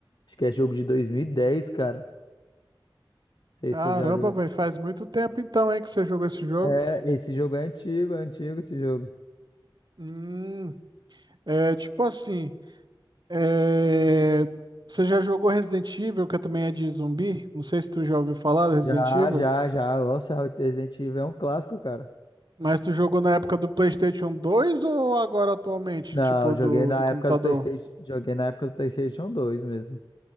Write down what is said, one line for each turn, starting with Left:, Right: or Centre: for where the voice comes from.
Left: acho que é jogo de 2010 cara. Não sei
Right: Caramba,
Left: se eu já jogo.
Right: velho, faz muito tempo então, hein, que você jogou esse jogo.
Left: É, esse jogo é antigo, é antigo esse jogo.
Right: Hum, é tipo assim, é, você já jogou Resident Evil, que também é de zumbi? Não sei se tu já ouviu falar do Resident
Left: Já,
Right: Evil,
Left: já, já, nossa, Resident Evil é um clássico, cara.
Right: mas tu jogou na época do PlayStation 2 ou agora atualmente,
Left: Não,
Right: tipo
Left: eu joguei
Right: do,
Left: na
Right: do computador?
Left: época do PlayStation, joguei na época do PlayStation dois mesmo.